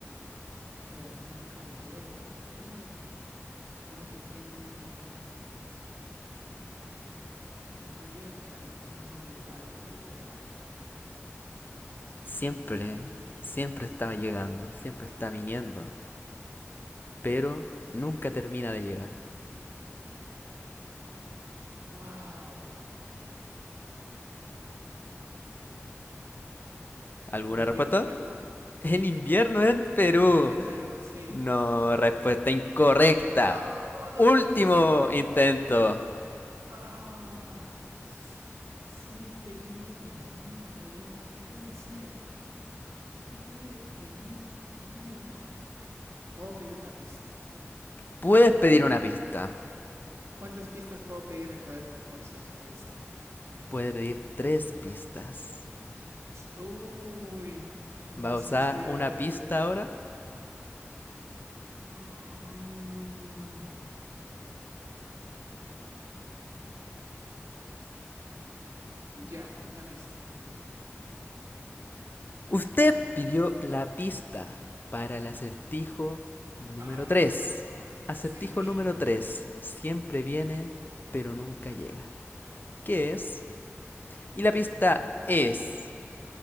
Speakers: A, on the right (about 80°); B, on the left (about 45°).
A: pero nunca llega. Uy, algo que viene, viene, Viene, pero no llega, o sea, no tiene un lugar al cual llegar,
B: Siempre,
A: pero está viniendo.
B: siempre estaba llegando, siempre está viniendo, pero nunca termina de llegar.
A: ¡Wow!
B: ¿Alguna
A: ¿El invierno
B: respuesta?
A: en Perú?
B: El invierno en Perú.
A: En Perú, sí.
B: No, respuesta incorrecta.
A: No, no
B: Último
A: puede ser.
B: intento.
A: Ah, siempre viene pero nunca llega. ¿Qué puede ser? ¿Qué puede venir y no llegar? ¿Puedo pedir una pista?
B: Puedes pedir una pista.
A: ¿Cuántas pistas puedo pedir en todo el concurso, señor Vicente?
B: Puede pedir tres pistas.
A: Uy, no
B: ¿Va a
A: sé
B: usar
A: si debería
B: una pista
A: pedirlo.
B: ahora?
A: Mm, ya, una pista.
B: Usted pidió la pista para el acertijo número
A: Ah,
B: 3. Acertijo
A: sí.
B: número tres Siempre viene, pero nunca llega. ¿Qué es? Y la pista es...